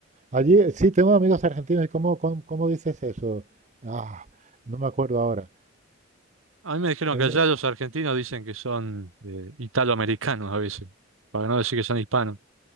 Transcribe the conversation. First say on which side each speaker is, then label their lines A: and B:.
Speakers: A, on the right; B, on the right.
A: Allí, eh, sí, tengo amigos argentinos, ¿y cómo, cómo, cómo dices eso? Ah, no me acuerdo ahora.
B: A mí me dijeron
A: En-
B: que allá los argentinos dicen que son eh, italoamericanos a veces, para no decir que son hispanos.